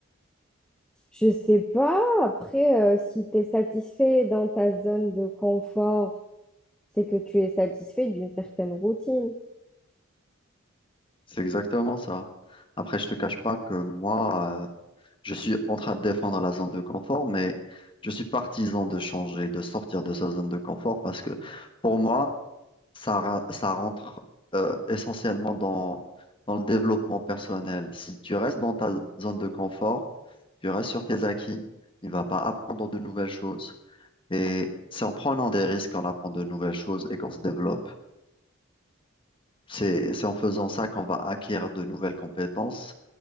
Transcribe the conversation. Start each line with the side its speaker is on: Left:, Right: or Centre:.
Centre: Je sais pas, après, euh, si tu es satisfait dans ta zone de confort, c'est que tu es satisfait d'une certaine routine.
Left: C'est exactement ça. Après, je te cache pas que moi, euh, je suis en train de défendre la zone de confort, mais je suis partisan de changer, de sortir de sa zone de confort parce que pour moi, ça, ra- ça rentre euh, essentiellement dans, dans le développement personnel. Si tu restes dans ta zone de confort, tu restes sur tes acquis, tu ne vas pas apprendre de nouvelles choses. Et c'est en prenant des risques qu'on apprend de nouvelles choses et qu'on se développe. C'est, c'est en faisant ça qu'on va acquérir de nouvelles compétences,